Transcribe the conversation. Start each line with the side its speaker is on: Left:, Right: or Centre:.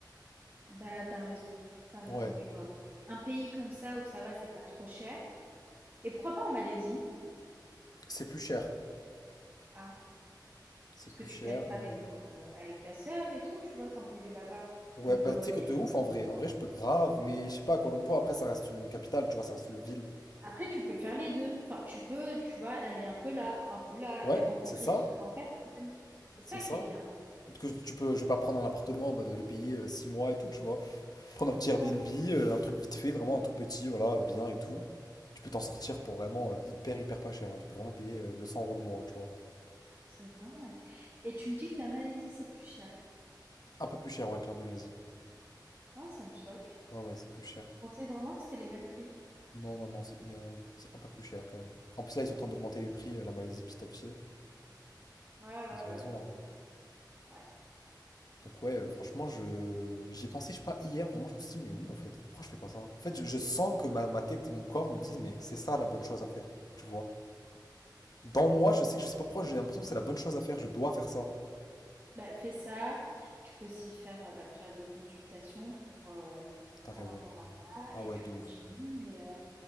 Right: Bah, t'as raison, t'as raison,
Left: Ouais.
Right: tu vois. Un pays comme ça où ça va, c'est pas trop cher. Et pourquoi pas en Malaisie?
Left: C'est plus cher.
Right: Ah.
Left: C'est
Right: Parce
Left: plus
Right: que tu
Left: cher,
Right: peux être
Left: mais.
Right: avec,
Left: euh,
Right: euh, avec ta sœur et tout, tu vois, tant qu'elle est là-bas.
Left: Ouais,
Right: Niveau
Left: bah
Right: loyer,
Left: tu sais que de ouf
Right: ça,
Left: en
Right: c'est
Left: vrai.
Right: bien.
Left: En vrai, je peux grave, mais je sais pas, à Kuala Lumpur, après, ça reste une capitale, tu vois, ça reste une ville.
Right: Après, tu peux faire les deux. Enfin, tu peux, tu vois, aller un peu là, un peu là,
Left: Ouais,
Right: et rencontrer
Left: c'est ça.
Right: différentes personnes. C'est ça
Left: C'est ça.
Right: qui est bien.
Left: Parce que tu peux, je vais pas prendre un appartement en mode le payer euh, 6 mois et tout, tu vois. Prendre un petit
Right: C'est
Left: Airbnb,
Right: ça.
Left: euh, un truc vite fait, vraiment un truc petit, voilà, bien et tout. Tu peux t'en sortir pour vraiment euh, hyper, hyper pas cher. hein. Tu peux vraiment payer euh, 200 euros le mois, tu vois.
Right: C'est dingue. Et tu me dis que la Malaisie, c'est plus cher.
Left: Un peu plus cher, ouais, que l'Indonésie.
Right: Oh, ça me choque.
Left: Ouais, ouais, c'est plus cher.
Right: Je pensais vraiment que c'était les mêmes prix.
Left: Non, non, non, c'est il y a- c'est un peu plus cher quand même. En plus, là, ils sont en train d'augmenter les prix, euh, la Malaisie, petit à petit.
Right: Ouais, ouais,
Left: Ils ont
Right: bah
Left: raison,
Right: oui, là,
Left: hein.
Right: ça. Ouais.
Left: Donc, ouais, euh, franchement, je j'y ai pensé, je sais pas, hier, vraiment, je me suis dit, mais oui, en fait, pourquoi je fais pas ça? En fait, je, je sens que ma, ma tête et mon corps me disent, mais c'est ça la bonne chose à faire, tu vois. Dans moi, je sais que je sais pas pourquoi, j'ai l'impression que c'est la bonne chose à faire, je dois faire ça.
Right: Bah, fais ça. Tu peux aussi faire euh, la prière de consultation pour, euh,
Left: T'as raison.
Right: par rapport à ça.
Left: Ah
Right: Et
Left: ouais,
Right: tu
Left: de
Right: continues.
Left: ouf.
Right: Et, euh,